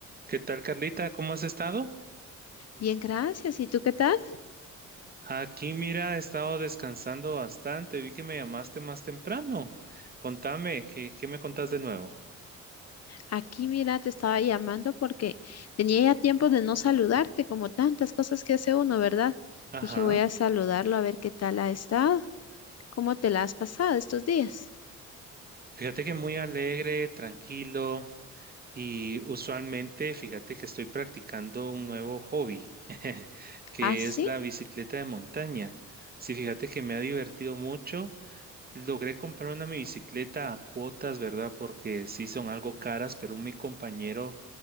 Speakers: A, on the right (about 30°); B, on the left (about 55°).
A: ¿Qué tal, Carlita? ¿Cómo has estado?
B: Bien, gracias. ¿Y tú qué tal?
A: Aquí, mira, he estado descansando bastante. Vi que me llamaste más temprano. Contame, ¿qué, qué me contás de nuevo?
B: Aquí, mira, te estaba llamando porque tenía ya tiempo de no saludarte, como tantas cosas que hace uno, ¿verdad?
A: Ajá.
B: Dije, voy a saludarlo a ver qué tal ha estado, cómo te la has pasado estos días.
A: Fíjate que muy alegre, tranquilo y usualmente, fíjate que estoy practicando un nuevo hobby, <laughs> que
B: Ah, sí,
A: es la bicicleta de montaña. Sí, fíjate que me ha divertido mucho. Logré comprar una mi bicicleta a cuotas, ¿verdad? Porque sí son algo caras, pero mi compañero